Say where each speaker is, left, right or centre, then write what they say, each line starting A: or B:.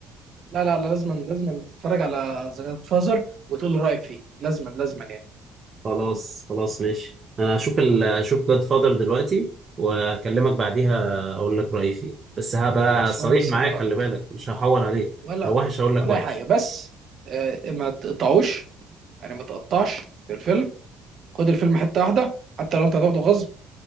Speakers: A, on the right; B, on the right.
A: لا لا لا لازما لازما تتفرج على ذا جاد فازر وتقول لي رايك فيه لازما لازما يعني
B: خلاص خلاص ماشي أنا هشوف ال هشوف جاد فادر دلوقتي وأكلمك بعديها أقول لك رأيي فيه بس هبقى
A: خلاص
B: صريح
A: وانا مستني
B: معاك
A: رايك
B: خلي بالك مش هحور عليك
A: ولا
B: لو وحش هقول لك
A: ولا
B: وحش
A: اي حاجه بس آه ما تقطعوش يعني ما تقطعش في الفيلم خد الفيلم حته واحده حتى لو انت هتاخده غصب